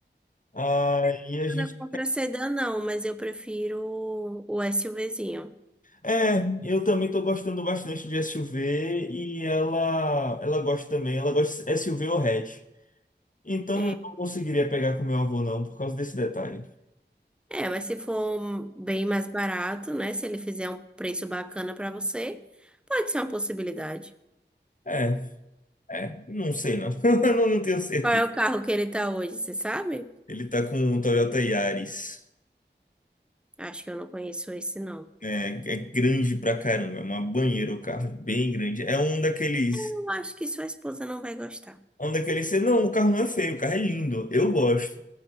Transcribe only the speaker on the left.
Aí a gente
É, eu também tô gostando bastante de SUV e ela, ela gosta também, ela gosta de SUV ou hatch. Então
não, não conseguiria pegar com meu avô não, por causa desse detalhe.
É, é, não sei não, <laughs> não, não tenho certeza.
Ele tá com um Toyota Yaris,
é, é grande pra caramba, é uma banheira o carro, é bem grande. É um daqueles,
é um daqueles, não, o carro não é feio, o carro é lindo, eu gosto.